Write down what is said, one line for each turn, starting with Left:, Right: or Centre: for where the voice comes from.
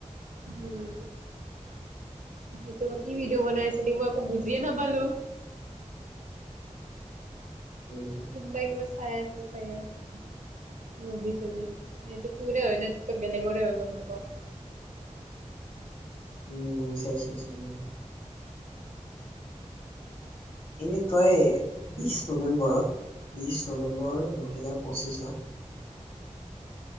Right: উম, এটো বা কি ভিডিঅ' বনাইছিলি মই একো বুজিয়ে নাপালো!
Left: তেতিয়া
Right: কিবা-কিবা চাই আছ <unintelligible> মুভি-চুভি, এইটো তোৰে হয় নে? ত বেলেগৰে হয় গম নাপাও।
Left: উম। বিচাৰিছিল চাগে এনে তই বিশ নৱেম্বৰত। বিশ নৱেম্বৰ, দুহেজাৰ পঁচিশত